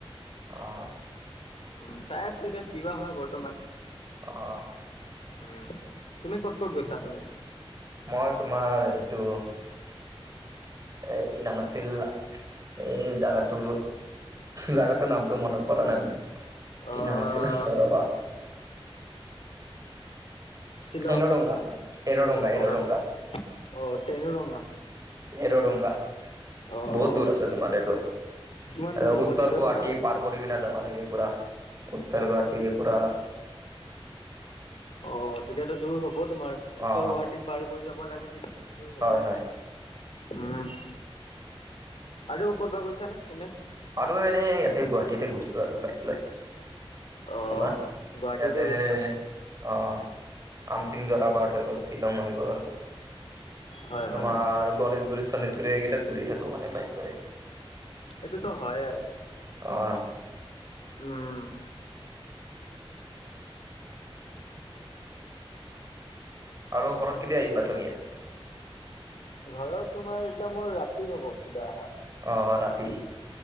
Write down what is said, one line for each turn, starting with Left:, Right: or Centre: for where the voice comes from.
Right: অ',
Left: উম চাই আছো এতিয়া কিবা হয় বৰ্তমান।
Right: অ'হ।
Left: উম, তুমি ক'ত ক'ত গৈছা তুমি?
Right: মই তোমাৰ এইটো। এই কি নাম আছিল এই জাগাটো। জাগাটোৰ নামটো মনত পৰা নাই কি
Left: অ',
Right: নাম আছিল ৰ ৰবা। আ
Left: শ্বিলং
Right: এন ডংগা এৰ ডংগা এৰ
Left: অ',
Right: ডংগা
Left: অ', তেনুৰঙা
Right: এৰ ডংগা
Left: অ',
Right: বহুত দূৰ আছে তোমাৰ এইটো এ
Left: কিমান দূৰ হ'ব
Right: উত্তৰ
Left: তেতিয়া
Right: গুৱাহাটী
Left: তোমাৰ?
Right: পাৰ্ক কৰি কিনে যাবা লাগে পুৰা উত্তৰ গুৱাহাটীৰ পৰা
Left: অ তেতিয়াতো দূৰ হব তোমাৰ উত্তৰ
Right: অ
Left: গুৱাহাটী পাৰ কৰি যাব লাগে যদি তোমাৰ দূৰ হব
Right: হয় হয়
Left: উম আৰু ক'ৰবাত গৈছা নে এনে?
Right: আৰু এনে ইয়াতে গুৱাহাটীতে গৈছোঁ আৰু বাইক লৈ
Left: অ',
Right: তোমাৰ
Left: গুৱাহাটীতে
Right: ইয়াতে
Left: ঘূৰিছা মানে
Right: অ আমচিং জোৰাবাট হৈ গ'ল শ্বিলং হৈ গ'ল তোমাৰ
Left: হয়, হয়, হয়,
Right: গণেশগুৰি চণেশগুৰি এইকেইটাত ঘূৰি থাকো মানে বাইক লৈ,
Left: এইটোতো হয় আৰু
Right: অ
Left: উম
Right: আৰু ঘৰত কেতিয়া আহিবা তুমি?
Left: ঘৰৰ তোমাৰ এতিয়া মোৰ ৰাতি হব চিধা আহা
Right: অঁ ৰাতি